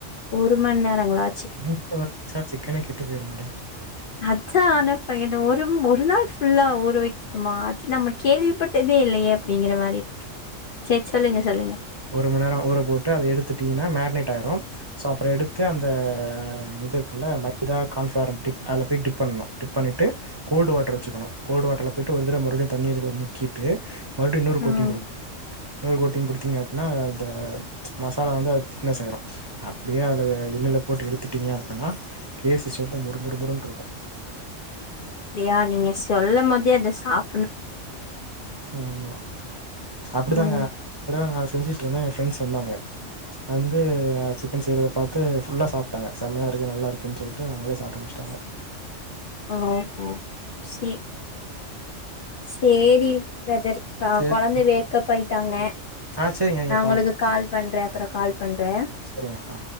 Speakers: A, on the left; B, on the right.
A: ஒரு மண்நேரங்களா
B: <inaudible> சிக்கனே கெட்டு போயிரு மேடம்
A: அதானப்பா என்ன ஒரு ஒரு நாள் ஃபுல்லா ஊற வக்கணுமா அது நம்ம கேள்விப்பட் டதே இல்லையே அப்டிங்கிற மாரி இருக்கு சேரி சொல்லுங்க சொல்லுங்க
B: ஒரு மண்நேரம் ஊற போட்டு அத எடுத்துட்டிங்கன்னா மேக்னேட் ஆயிரு சோ அப்புற எடுத்து அந்த இது இருக்குல்ல மைதா கான்ஃப்ளாரன் டிப் அதுல போய் டிப் பண்ணனு டிப் பண்ணிட்டு கோல்டு வாட்டர் வச்சக்கணு கோல்டு வாட்டர்ல போய்ட்டு ஒரு தடவ மறுபடியு தண்ணில முக்கிட்டு மறுபடி இன்னொரு கோட்டிங்
A: ம்
B: கொடுக் இன்னொரு கோட்டிங் குடுத்தீங்க அப்டின்னா அந்த மசாலா வந்து அது திக்னஸ் ஆயிடு அப்டியே அதுல ன்னுல போட்டு எடுத்துட்டீங்க அப்பின்னா கே எஃப் சி ஸ்டைல்ல முறு முறு முறுன்ருக்கு
A: அப்டியா நீங்க சொல்லம்போதே அத சாப்
B: ஆமா அப்டிதாங்க
A: ம்
B: ஒரு தரவ நா செஞ்சுட்ருந்த ஏ ஃப்ரெண்ட்ஸ் வந்தாங்க வந்து சிக்கன் செய்றத பாத்து ஃபுல்லா சாப்ட்டாங்க செம்மையா இருக்கு நல்லா இருக்குன் சொல்ட்டு அவுங்களே சாப்ட்டு முடிச்ட்டாங்க
A: ஓஹோ சேர் சேரி பிரதர் இ
B: சேரி
A: கொழந்த வேக்கப் ஆயிட்டாங்க
B: ஆ சேரிங்க நீங்க
A: நா உங்களுக்கு கால் பண்றே அப்பற கால் பண்றே
B: சரிங்க ஆ